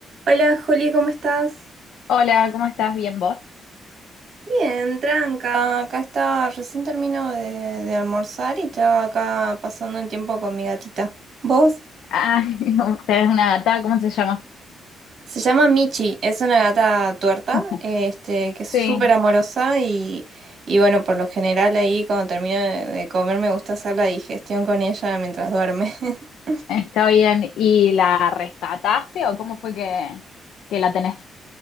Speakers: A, on the right; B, on the left.
A: Hola Juli, ¿cómo estás?
B: Hola, ¿cómo estás? ¿Bien vos?
A: Bien, tranca. Acá estaba, recién termino de, de almorzar y estaba acá pasando el tiempo con mi gatita. ¿Vos?
B: Ah, <laughs> tenés una gata, ¿cómo se llama?
A: Se llama Michi, es una gata tuerta,
B: <laughs>
A: este, que es súper
B: Sí,
A: amorosa y, y bueno, por lo general ahí cuando termino de, de comer me gusta hacer la digestión con ella mientras duerme. <laughs>
B: está bien. ¿Y la rescataste o cómo fue que, que la tenés?